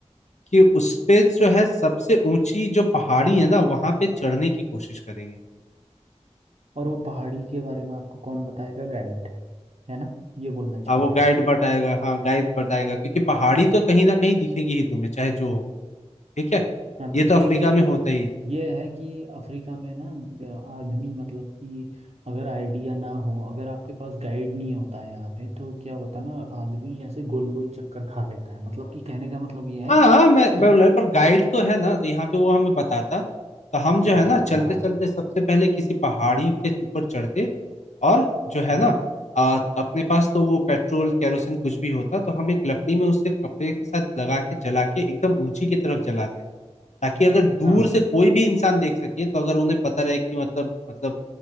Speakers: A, on the left; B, on the right.
A: कि उस पे जो है सबसे ऊंची जो पहाड़ी है ना वहां पे चढ़ने की कोशिश करेंगे
B: और वो पहाड़ी के बारे में आपको कौन बताएगा गाइड है ना ये बोलना चाह
A: हाँ वो
B: रहे
A: गाइड
B: हो
A: बताएगा हाँ गाइड बताएगा क्योंकि पहाड़ी तो कहीं ना कहीं दिखेगी ही तुम्हें चाहे जो हो ठीक है
B: हाँ
A: ये
B: दिखेगी
A: तो अफ्रीका
B: लेकिन
A: में होता ही
B: ये है कि अफ्रीका में ना अ, आदमी मतलब कि अगर आइडिया ना हो अगर आपके पास गाइड नहीं होता है यहाँ पे तो क्या होता है ना आदमी ऐसे गोल गोल चक्कर खा लेता है मतलब कि कहने का मतलब ये
A: हाँ
B: है
A: हाँ मैं मैं
B: कि
A: बोला पर गाइड तो है ना तो यहाँ पे वो हमें बताता तो हम जो
B: बताता
A: है ना चलते
B: हाँ
A: चलते सबसे पहले किसी पहाड़ी के ऊपर चढ़ते और जो है
B: हाँ
A: ना आ, अपने पास तो वो पेट्रोल केरोसिन कुछ भी होता तो हम एक लकड़ी में उससे कपड़े के साथ लगा के जला के एकदम ऊंची की तरफ जलाते ताकि अगर दूर
B: हाँ
A: से कोई भी इंसान देख सके तो अगर उन्हें पता रहे कि मतलब मतलब